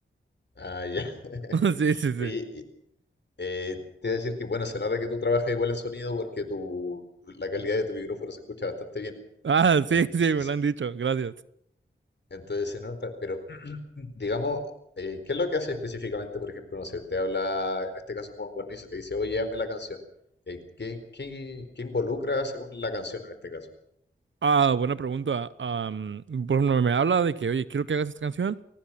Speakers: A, on the left; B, on the right.
A: ah, ya. <laughs>
B: <laughs> Sí, sí, sí.
A: Oye, y, eh, te voy a decir que, bueno, se nota que tú trabajas igual en sonido porque tu, la calidad de tu micrófono se escucha bastante bien.
B: Ah, sí,
A: Entonces,
B: sí, me lo han
A: <laughs>
B: dicho, gracias.
A: entonces se nota, pero digamos, eh, ¿qué es lo que hace específicamente? Por ejemplo, no sé, te habla, en este caso Juan Guarnizo, te dice, oye, hazme la canción. Eh, ¿qué, qué, qué involucra hacer un- la canción en este caso?
B: Ah, buena pregunta. Am, por ejemplo, me habla de que, oye, quiero que hagas esta canción.